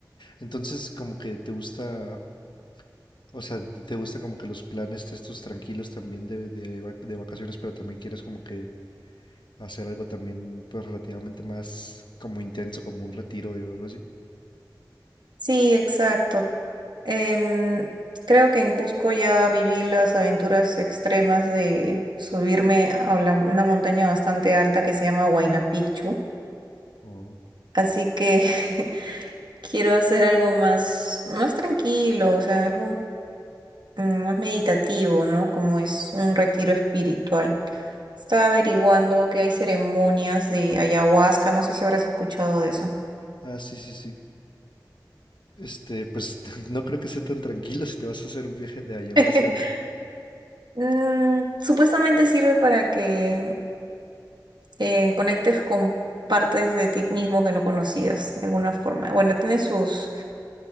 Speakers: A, on the left; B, on the right.
A: Entonces, como que te gusta, o sea, te gustan como que los planes de estos tranquilos también de, de vac- de vacaciones, pero también quieres como que hacer algo también, pues relativamente más como intenso, como un retiro o algo así.
B: Sí, exacto. Em, creo que en Cusco ya viví las aventuras extremas de subirme a la- una montaña bastante alta que se llama Huayna Picchu.
A: Oh.
B: Así que <laughs> quiero hacer algo más, más tranquilo, o sea, algo mm, más meditativo, ¿no? Como es un retiro espiritual. Estaba averiguando que hay ceremonias de ayahuasca, no sé si habrás escuchado de eso.
A: Ah, sí, sí, sí. Este, pues <laughs> no creo que sea tan tranquilo si te vas a hacer un viaje de ayahuasca,
B: <laughs>
A: ¿no?
B: Mm, supuestamente sirve para que eh, conectes con partes de ti mismo que no conocías de alguna forma. Bueno, tiene sus,